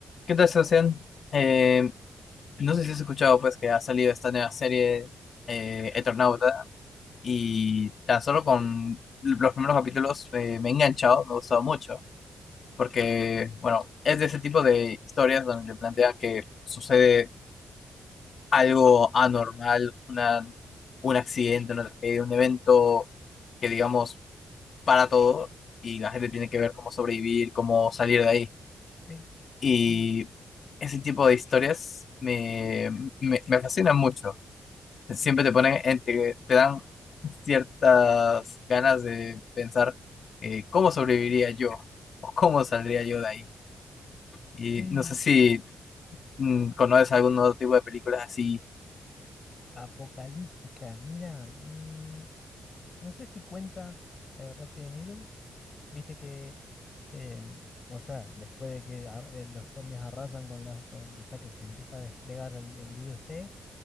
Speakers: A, on the left (about 60°); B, on the left (about 45°).
A: ¿Qué tal, Sebastián? Eh, no sé si has escuchado pues que ha salido esta nueva serie eh, Eternauta y tan solo con los primeros capítulos eh, me he enganchado, me ha gustado mucho, porque bueno, es de ese tipo de historias donde te plantean que sucede algo anormal, una, un accidente, una tragedia, un evento que digamos para todo y la gente tiene que ver cómo sobrevivir, cómo salir de ahí.
B: Mi-
A: Y
B: mi-
A: ese tipo de historias me, me, me fascinan mucho. Siempre te ponen, en- te, te dan ciertas ganas de pensar eh, cómo sobreviviría yo o cómo saldría yo de ahí. Y
B: eh,
A: no sé si mm, conoces algún otro tipo de películas así.
B: apocalíptica, mira, mm, no sé si cuenta eh, Resident Evil, viste que, eh, o sea, después de que ar- eh, los zombies arrasan con las, con, o sea, que se empieza a desplegar el, el virus T,